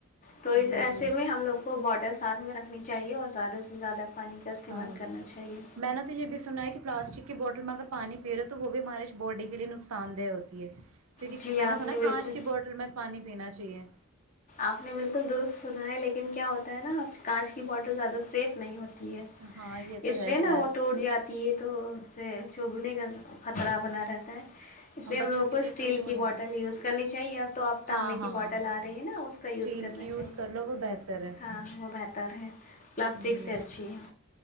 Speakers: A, on the left; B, on the right.
A: تو اس
B: جی
A: ایسے
B: جی
A: میں ہم لوگ کو باٹلس ہاتھ میں رکھنی چاہیے اور زیادہ سے زیادہ پانی کا استعمال
B: ہاں جی
A: کرنا چاہیے
B: میں نےا تو یہ بھی سنانا ہے کہ پلاسٹک کی بو میں اگر پانی پی رہے ہو تو وہ بھی ہمارے باڈی کے لیے نقصان دہ ہوتی ہے کیونکہ
A: جی
B: میں نے
A: آپ
B: سوناا
A: بالکل
B: کانچ کی بوٹل میں پانی پینا چاہیے
A: آپ نے بالکل درست سنا ہے لیکن کیا ہوتا ہے نا کانچ کی بوٹل زیادہ سیف نہیں ہوتی
B: ہاں یہ تو
A: اس
B: ہے
A: لیے نا
B: خیر
A: وہ ٹوٹ جاتی ہے تو چبنے کا خطرہ بنا رہتا ہے اس لیے
B: بچوں
A: ہم لوگوں
B: کے
A: کو اسٹیل
B: تو وہ
A: کی
B: ہے
A: بوٹل یوز کرنی چاہیے اب تو آپ تانبے
B: ہاں ہاں
A: کی بوٹل آ رہی ہیں نا اس
B: اسٹیل
A: کا یوز کرنا
B: کی یوز
A: چاہیے
B: کر لو وہ بہتر ہے
A: ہاں وہ بہتر ہے پلاسٹک
B: جی
A: سے اچھی ہے